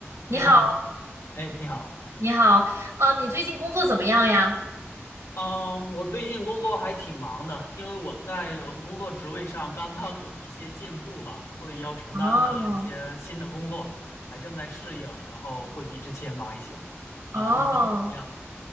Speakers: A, on the right; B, on the left.
A: 你好，
B: 你好，哎，你好，
A: 你好，呃，你最近工作怎么样呀？
B: 嗯，我最近工作还挺忙的，因为我在我的工作职位上刚刚有一些进步吧，所以要承担了一些新的工作，
A: 哦，
B: 还正在适应，然后会比之前忙一些。啊、
A: 哦，
B: 你呢？怎么样？